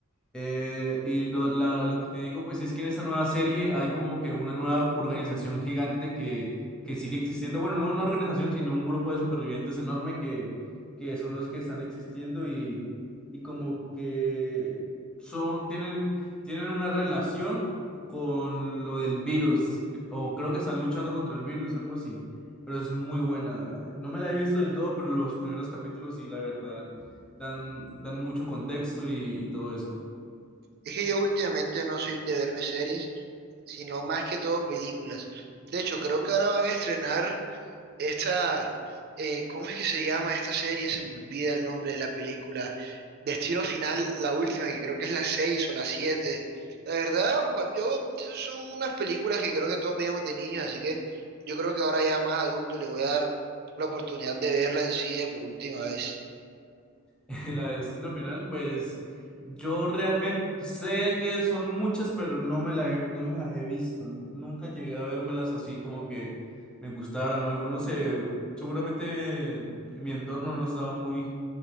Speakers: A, in the centre; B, on the right.
A: Eh, y lo, la- lo que te digo, pues es que en esta nueva serie hay como que una nueva organización gigante que, que sigue existiendo. Bueno, no una organización, sino un grupo de supervivientes enorme que, que son los que están existiendo y, y como que son, tienen, tienen una relación con lo del virus, o creo que están luchando contra el virus, algo así. Pero es muy buena. No me la he visto del todo, pero los primeros capítulos sí, la verdad, dan, dan mucho contexto y y todo eso.
B: Es que yo últimamente no soy de verme series, sino más que todo películas. De hecho, creo que ahora van a estrenar esta, eh, ¿cómo es que se llama esta serie? Se me olvida el nombre de la película. Destino Final, la última, que creo que es la 6 o la siete La verdad, ba- yo son unas películas que creo que todos veíamos de niños, así que yo creo que ahora ya más adulto le voy a dar la oportunidad de verla en cine por última vez.
A: <laughs> La de Destino Final, pues yo realmente sé que son muchas, pero no me la he- no me las he visto. Nunca llegué a vérmelas así como que me gustaran o algo. No sé, seguramente mi entorno no estaba muy,